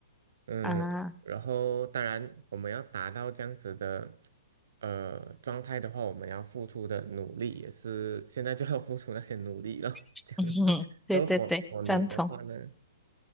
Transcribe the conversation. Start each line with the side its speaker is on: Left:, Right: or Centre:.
Right: 嗯，
Centre: 啊。
Right: 然后当然我们要达到这样子的呃状态的话，我们要付出的努力也是现在就要付出那些努力了，
Centre: <laughs>
Right: <laughs> 这样子。
Centre: 嗯哼，
Right: 所以
Centre: 对对对，
Right: for for 你的话呢，
Centre: 赞同。